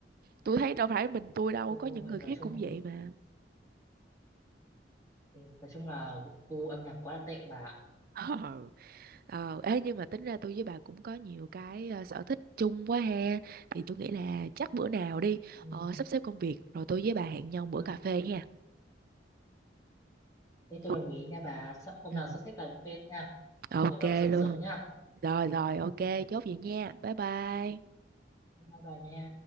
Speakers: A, on the right (about 55°); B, on the left (about 20°).
A: tôi thấy đâu phải mình tôi đâu
B: Ôi,
A: có những người
B: nói
A: khác
B: chung
A: cũng
B: là,
A: vậy mà
B: ừ, nói chung là gu âm nhạc quá là tệ bà ạ.
A: <laughs> Ờ, ê, nhưng mà tính ra tôi với bà cũng có nhiều cái ờ, sở thích chung quá ha. Thì tôi nghĩ là chắc bữa nào đi
B: ừ.
A: ờ, sắp xếp công việc rồi tôi với bà hẹn nhau bữa
B: ừ.
A: cà phê ha.
B: Thế tôi
A: Ok,
B: đồng ý nha bà Sợ- hôm
A: ừ,
B: nào sắp xếp cà phê nha
A: ok
B: cố gắng sớm
A: luôn.
B: sớm nha
A: Rồi rồi, ok,
B: ừ.
A: chốt vậy nha. Bye bye.
B: bye bà nha